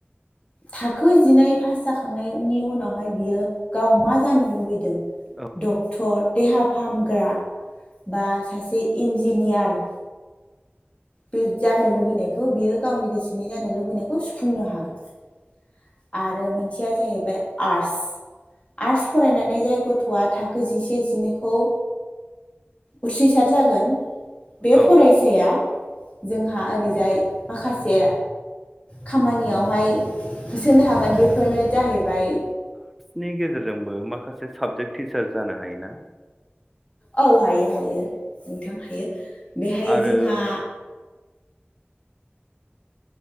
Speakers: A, on the left (about 30°); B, in the centre.
A: थाखो जिनै पास जाखांनायनि उनावहाय बियो गाव मा जानो लुबैदों।
B: औ
A: दं देहा फाहामग्रा बा सासे इन्जिनियार बे जानो लुबैनायखौ बियो गावनि गोसोनि जानो लुबैनायखौ सुफुंनो हागोन आरो मोनसेया जाहैबाय आर्टस आर्टस फरायनानै जाय गथ'आ थाखो जिसे जिनैखौ उथ्रिसार जागोन बे
B: औ
A: फरायसाया जोंहा ओरैजाय माखासे खामानियावहाय होसोनो हागोन बेफोरनो जाहैबाय
B: नि गेजेरजोंबो माखासे साबजेक्ट टिचार जानो हायोना?
A: औ हायो हायो नोंथां हायो। बेहाय
B: आरो
A: जोंहा